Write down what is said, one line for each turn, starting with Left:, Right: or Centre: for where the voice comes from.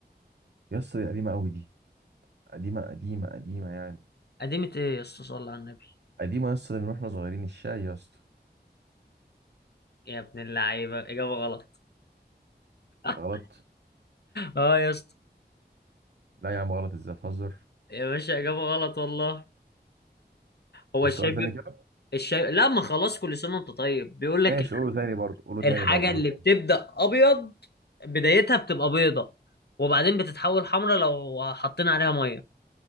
Right: يا اسطى دي قديمة قوي دي قديمة قديمة قديمة يعني
Left: قديمة ايه يا اسطى صلى على النبي
Right: قديمة يا اسطى ده من واحنا صغيرين الشاي يا اسطى
Left: يا ابن اللعيبة اجابة غلط <laughs>
Right: غلط
Left: اه يا اسطى
Right: لا يا عم غلط ازاي تهزر
Left: يا باشا اجابة غلط والله هو
Right: بس
Left: الشاي
Right: سؤال
Left: بي...
Right: تاني كده
Left: الشاي لا ما خلاص كل سنة وانت طيب بيقول لك
Right: ماشي قوله تاني برضه قوله تاني
Left: الحاجة
Right: طب قوله
Left: اللي بتبدأ
Right: تاني
Left: ابيض بدايتها بتبقى بيضة وبعدين بتتحول حمرا لو حطينا عليها ميه